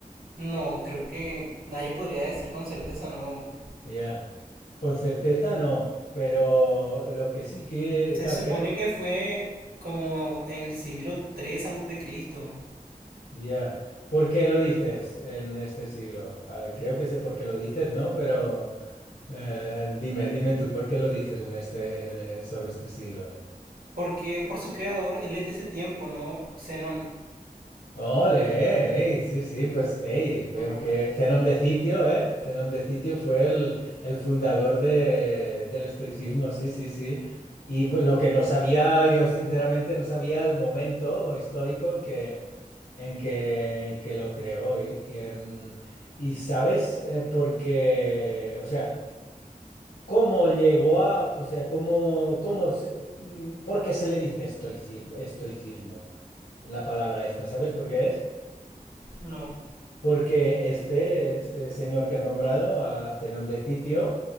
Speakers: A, on the right; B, on the left.
A: No, creo que nadie podría decir con certeza, no.
B: Ya. Con certeza no, pero lo que sí que.
A: Se
B: Claro,
A: supone
B: es que.
A: que fue como en el siglo tres antes de Cristo.
B: Ya. ¿Por qué
A: Tiene
B: lo dices en este siglo? Eh, creo que sé por qué lo dices, ¿no? Pero eh, dime, dime tú, ¿por qué lo dices en este, en, eh, sobre este siglo?
A: porque por su creador él es de ese tiempo, ¿no? Zenón.
B: Ole, ey, sí, sí, pues ey, veo
A: Bueno,
B: que Zenón de Citio, ¿eh? Zenón de Citio fue el, el fundador de- del estoicismo, sí, sí, sí. Y bueno, lo que no sabía, yo sinceramente no sabía el momento histórico en que, en que, en que lo creó. Y, y, em, y sabes eh, por qué, o sea, cómo llegó a, o sea, cómo, cómo, se- mm, por qué se le dice estoici- estoicismo, la palabra esta, ¿sabes por qué es?
A: no.
B: porque este, este señor que has nombrado, a Zenón de Citio,